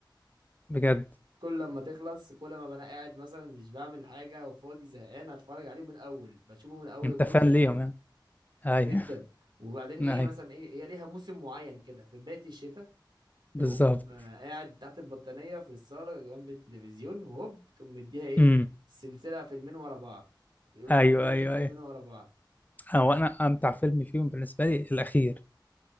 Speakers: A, on the left; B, on the right.
A: بجد
B: كل لما تخلص كل ما ببقى انا قاعد مثلا مش بعمل حاجه وفاضي زهقان اتفرج عليه من اول بشوفه من اول
A: انت
B: الجزء
A: فان
B: الاول
A: ليهم يعني ايوه
B: جدا وبعدين
A: ايوه
B: ايه مثلا ايه هي ليها موسم معين كده في بدايه الشتاء تقوم
A: بالظبط
B: آه، قاعد تحت البطانيه في الصاله جنب التلفزيون وهوب تقوم مديها ايه
A: امم
B: سلسله فيلمين ورا بعض يومين
A: ايوه
B: تاني
A: ايوه
B: فيلمين
A: ايوه
B: ورا بعض
A: هو انا امتع فيلم فيهم بالنسبه لي الاخير